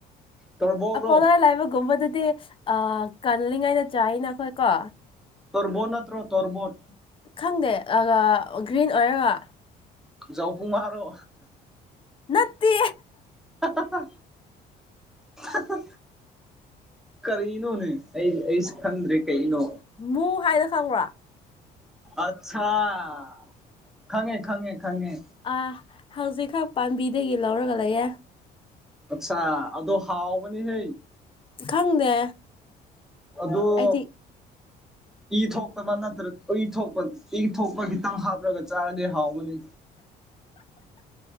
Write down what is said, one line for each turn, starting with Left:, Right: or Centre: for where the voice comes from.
Centre: ꯇꯣꯔꯕꯣꯠꯔꯣ
Left: ꯑ ꯄꯥꯎꯗꯔ ꯂꯩꯕꯒꯨꯝꯕꯗꯨꯗꯤ ꯑ ꯀꯜꯂꯤꯉꯩꯗ ꯆꯥꯏꯅ ꯑꯈꯣꯏ ꯀꯣ
Centre: ꯇꯣꯔꯕꯣꯠ ꯅꯠꯇ꯭ꯔꯣ ꯇꯣꯔꯕꯣꯠ
Left: ꯈꯪꯗꯦ ꯑ ꯒ꯭ꯔꯤꯟ ꯑꯣꯏꯔꯒ
Centre: ꯖꯥꯎꯄꯨꯝ ꯃꯥꯔꯣ
Left: ꯅꯠꯇꯦ
Centre: ꯍꯥ ꯍꯥ ꯍꯥ ꯑꯍꯥ ꯍꯥ ꯀꯔꯤꯅꯣꯅꯦ ꯑꯩ ꯑꯩꯁꯨ ꯈꯪꯗ꯭ꯔꯦ ꯀꯩꯅꯣ
Left: ꯃꯨ ꯍꯥꯏꯗꯣ ꯈꯪꯕ꯭ꯔꯥ
Centre: ꯑꯆꯥꯥ ꯈꯪꯉꯦ ꯈꯪꯉꯦ ꯈꯪꯉꯦ
Left: ꯑꯥ ꯍꯧꯖꯤꯛꯈꯛ ꯄꯥꯝꯕꯤꯗꯒꯤ ꯂꯧꯔꯒ ꯂꯩꯌꯦ
Centre: ꯑꯠꯆꯥꯥ ꯑꯗꯨ ꯍꯥꯎꯕꯅꯤ ꯍꯩ
Left: ꯈꯪꯗꯦ
Centre: ꯑꯗꯨꯗꯣ
Left: ꯑꯩꯗꯤ
Centre: ꯏ ꯊꯣꯛꯇꯕ ꯅꯠꯇ꯭ꯔ ꯏ ꯊꯣꯛꯄ ꯏ ꯊꯣꯛꯄ ꯈꯤꯇꯪ ꯍꯥꯞꯂꯒ ꯆꯥꯔꯗꯤ ꯊꯥꯎꯕꯅꯤ